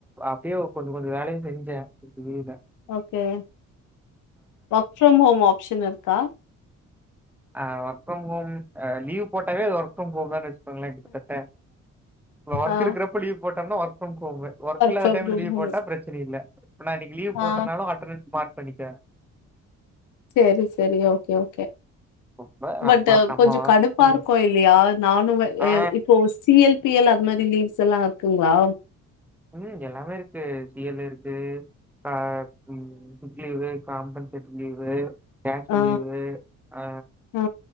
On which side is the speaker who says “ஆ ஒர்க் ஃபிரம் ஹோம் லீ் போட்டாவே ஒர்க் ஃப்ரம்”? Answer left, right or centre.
Centre